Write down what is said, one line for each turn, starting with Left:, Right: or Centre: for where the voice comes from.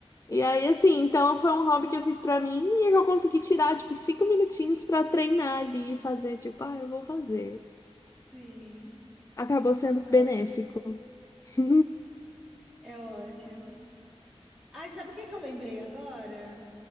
Left: E aí, assim, então foi um hobby que eu fiz pra mim e que eu consegui tirar, tipo, cinco minutinhos pra treinar ali e fazer, tipo, ah, eu vou fazer.
Centre: Sim,
Left: Acabou sendo
Centre: tá
Left: benéfico.
Centre: ótimo.
Left: <laughs>
Centre: É ótimo. Ai, sabe o que que eu lembrei agora?